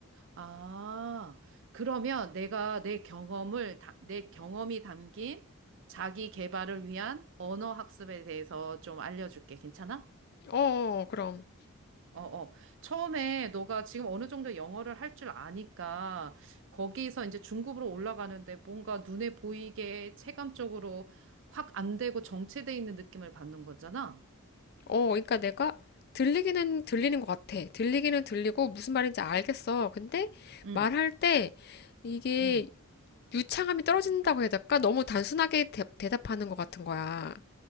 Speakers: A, on the right; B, on the left.
A: 아, 그러면 내가 내 경험을, 다- 내 경험이 담긴 자기 개발을 위한 언어 학습에 대해서 좀 알려줄게. 괜찮아?
B: 어, 어, 어, 그럼.
A: 어, 어. 처음에 너가 지금 어느 정도 영어를 할 줄 아니까 거기서 이제 중급으로 올라가는데 뭔가 눈에 보이게 체감적으로 확 안 되고 정체돼 있는 느낌을 받는 거잖아.
B: 어, 그러니까 내가 들리기는 들리는 것 같아. 들리기는 들리고 무슨 말인지 알겠어. 근데
A: 응,
B: 말할 때 이게
A: 응.
B: 유창함이 떨어진다고 해야 될까? 너무 단순하게 대, 답하는것 같은 거야.